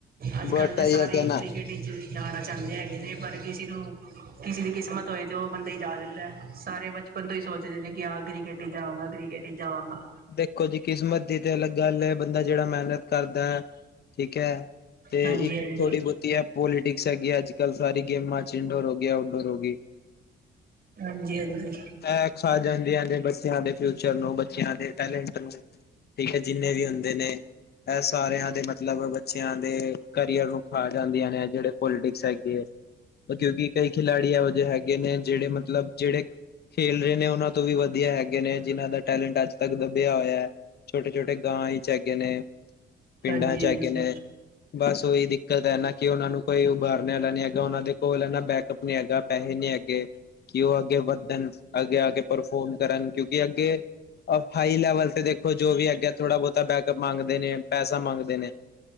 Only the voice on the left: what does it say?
ਬਟ
ਆਈ
ਹੈ ਕਿ ਨਾ
ਦੇਖੋਂ ਜੀ ਕਿਸਮਤ ਦੀ ਤੇ ਅਲੱਗ ਗੱਲ ਐ, ਬੰਦਾ ਜਿਹੜਾ ਮੇਹਨਤ ਕਰਦਾ ਐ ਠੀਕ ਐ। ਤੇ
ਜੀ
ਥੋੜ੍ਹੀ ਬਹੁਤੀ ਐ, ਪੋਲੀਟਿਕਸ ਹੈਗੀ ਆ, ਅਜ- ਕੱਲ੍ਹ ਸਾਰੀ ਗੇਮਾਂ ਚ, ਇਨਡੋਰ ਹੋ ਗਈ, ਆਊਟਡੋਰ ਹੋ ਗਈ। <inaudible>
ਐਖ ਆ ਜਾਂਦੀਆਂ ਨੇ, ਬੱਚਿਆਂ ਦੇ ਫਿਊਚਰ ਨੂੰ, ਬੱਚਿਆਂ ਦੇ ਟੈਲੈਂਟ ਨੂੰ। ਠੀਕ ਐ ਜਿੰਨੇ ਵੀ ਹੁੰਦੇ ਨੇ, ਇਹ ਸਾਰਿਆਂ ਦੇ ਮਤਲਬ ਬੱ ਚਿਆਂ ਦੇ ਕਰੀਅਰ ਨੂੰ ਖਾ ਜਾਂਦੀਆਂ ਨੇ, ਜਿਹੜੇ ਪੋਲੀਟਿਕਸ ਹੈਗੀ ਐਂ। ਕਿਉਂਕਿ ਕਈ ਖਿਲਾੜੀ ਇਹੋ ਜਿਹੇ ਹੈਗੇ ਨੇ, ਜਿਹੜੇ ਮਤਲਬ ਜਿਹੜੇ ਖੇਲ ਰਹੇ ਨੇ, ਉਹਨਾਂ ਤੋਂ ਵੀ ਵਧੀਆ ਹੈਗੇ ਨੇ, ਜਿਨਾਂ ਦਾ ਟੈਲੈਂਟ ਅੱਜ ਤੱਕ ਦੱਬਿਆ ਹੋਇਆ ਐ, ਛੋਟੇ -ਛੋਟੇ ਗਾਂਵ ਹੀ ਚ ਹੈਗੇ ਨੇ। ਪਿੰਡਾਂ
'ਚ ਐਗੇ ਨੇ, ਬਸ ਉਹੀ ਦਿੱਕਤ ਐ ਨਾ ਕਿ ਓਹਨਾ ਨੂੰ ਕੋਈ ਉਭਾਰਨ ਵਾਲਾ ਨੀ ਹੈਗਾ, ਉਹਨਾਂ ਦੇ ਕੋਲ ਹਨਾ ਬੈਕਅਪ ਨੀ ਹੈਗਾ, ਪੈਸੇ ਨੀ ਹੈਗੇ। ਕਿ ਉਹ ਅੱਗੇ ਵੱਧਨ, ਅੱਗੇ ਆ ਕੇ ਪਰਫੋਰਮ ਕਰਨ, ਕਿਉਂਕਿ ਅੱਗੇ ਔਰ ਹਾਈ ਲੈਵਲ ਤੇ ਦੇਖੋਂ, ਜੋ ਵੀ ਅੱਗੇ ਥੋੜਾ ਬੋਤਾ ਬੈਕਅਪ ਮੰਗਦੇ ਨੇ, ਪੈਸਾ ਮੰਗਦੇ ਨੇ।